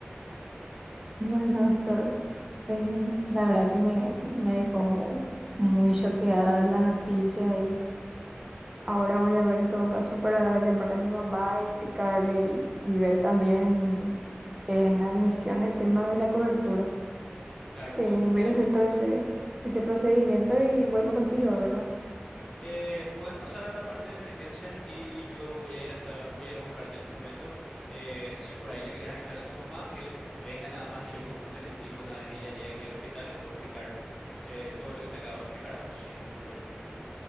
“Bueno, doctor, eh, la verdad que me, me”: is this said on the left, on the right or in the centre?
Right